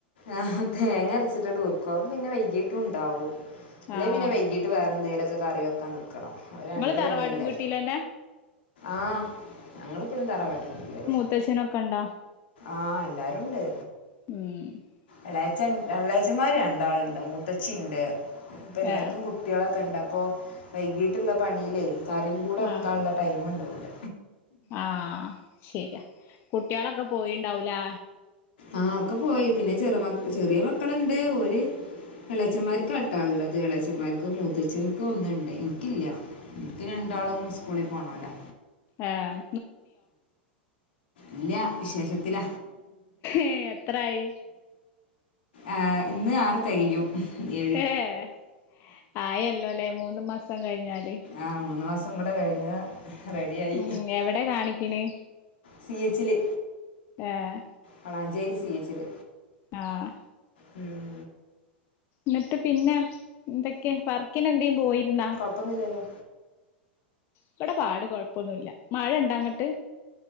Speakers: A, on the left (about 75°); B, on the left (about 45°).
A: ആഹ് തേങ്ങ അരച്ചിട്ടണ്ട് വെക്കും അപ്പൊ പിന്നെ വൈകീട്ടും ഉണ്ടാവും അല്ലെ
B: ആഹ്
A: പിന്നെ വൈകിട്ട് ട്ട് വേറെന്തേലൊക്കെ കറി വക്കൻ നിക്കണം അത് രണ്ട്
B: ങ്ങൾ തറവാടും
A: പണിയല്ലേ
B: വീട്ടിലന്നെ
A: ആഹ് ഞങ്ങളിപ്പോഴും തറവാട് വീട്ടിലെന്നെ
B: മുത്തച്ഛനൊക്കെ ഉണ്ടാ
A: ആഹ് എല്ലാരുണ്ട്
B: ഉം
A: എളേച്ഛൻ എളേച്ഛൻമാർ രണ്ടാളുണ്ട് മൂതച്ചിണ്ട് ഇപ്പം എല്ലാർക്കും
B: ഏഹ്
A: കു കുട്ടികളൊക്കെണ്ട് അപ്പോ വൈകീട്ടുള്ള പണിയില് കറിൻ കൂടെ വെക്കാ
B: ആഹ്
A: ഉള്ള ടൈമ് ഉണ്ടാവൂല്ല
B: ആഹ് ശരിയാ കുട്ടികളൊക്കെ പോയിണ്ടാവ് ലെ
A: ആഹ് ഒക്കെ പോയി പിന്നെ ചെറ മ ചെറിയ മക്കളുണ്ട് ഓര് എളച്ചന്മാർക്ക്ട്ടാ ള്ളത് ഇളച്ചന്മാർക്ക് മൂത്തച്ചന്കും ഒന്നുണ്ട് ഇനിക്കില്ല ഇന്ക്ക് രണ്ടാളും സ്കൂളിൽ പോകണോലാ
B: ആഹ്
A: ഇല്ല വിശേഷത്തില
B: ഏഹ് എത്രായി
A: ആഹ് ഇന്ന് ആറ് തികയും ഏ
B: ഏഹ് ആയല്ലോ ല്ലെ മൂന്ന് മാസം കയ്ഞ്ഞാല്
A: ആ മൂന്ന് മാസം കൂടെ കഴിഞ്ഞ റെഡിയായി
B: ഉം എവിടെ കാണിക്കണ്
A: സി എച്ചില്
B: ഏഹ്
A: വളാഞ്ചേരി സി എച്ചില്
B: ആഹ്
A: ഉം
B: ന്ന്ട്ട് പിന്നെ എന്തൊക്കെ വർക്കിനെന്തേം പോയിര്ന്നോ
A: പ്പന്നില്ലല്ലോ
B: ഇവടെ പാട് കൊഴപ്പൊന്നുല്ല മഴ ണ്ടങ്ങട്ട്